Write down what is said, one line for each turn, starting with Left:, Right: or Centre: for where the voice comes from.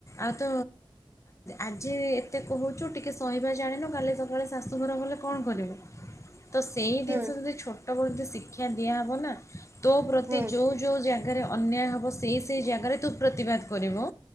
Left: ଆଉ ତ ଆଜି ଏତେ କହୁଛୁ ଟିକେ ସହିବା ଜାଣିନୁ କାଲି ସକାଳେ ଶାଶୂଘର ଗଲେ କଣ କରିବୁ? ତ ସେଇ ଜିନିଷ
Right: ହୁଁ ହୁଁ
Left: ଯଦି ଛୋଟବେଳେ ଯଦି ଶିଖ ଶିକ୍ଷା ଦିଆ ହବ ନା ତୋ ପ୍ରତି
Right: ହୁଁ
Left: ଯୋଉ ଜାଗାରେ ଅନ୍ୟାୟ ହେବ ସେଇ ସେଇ ଜାଗାରେ ତୁ ପ୍ରତିବାଦ କରିବୁ।